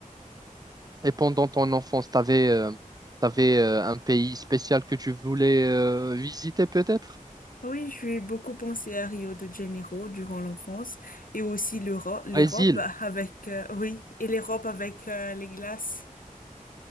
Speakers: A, on the right (about 25°); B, on the left (about 75°).
A: Et pendant ton enfance, t'avais euh, t'avais euh, un pays spécial que tu voulais euh, visiter peut-être?
B: Oui, j'ai beaucoup pensé à Rio de Janeiro durant l'enfance et aussi l'Europe, l'Europe
A: Brésil.
B: avec, euh, oui, et l'Europe avec euh, les glaces.